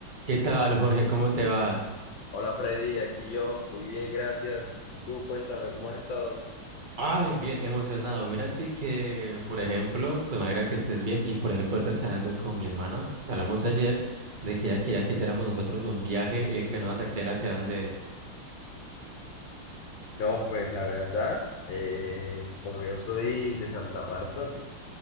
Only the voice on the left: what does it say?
Hola Freddy, aquí yo, muy bien, gracias. Y tú, cuéntame, ¿cómo has estado?
No, pues la verdad, eh, como yo soy de Santa Marta,